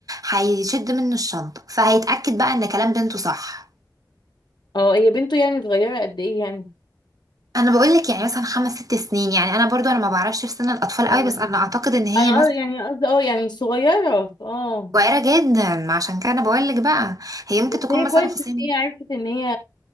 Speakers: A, on the right; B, on the left.
A: هيشد منه الشنطة فهيتأكد بقى ان كلام بنته صح
B: اه هي بنته يعني صغيرة قد ايه يعني
A: انا بقول لك يعني مثلا خمس ست سنين يعني انا برضو انا ما بعرفش في سن الاطفال
B: اه
A: قوي بس انا اعتقد ان هي
B: انا
A: مثلا
B: قصدي- يعني قصدي اه يعني صغيرة اه
A: صغيره جدا عشان كده انا بقول لك بقى هي ممكن
B: بس
A: تكون
B: هي
A: مثلا
B: كويس
A: في سن
B: ان هي عرفت ان هي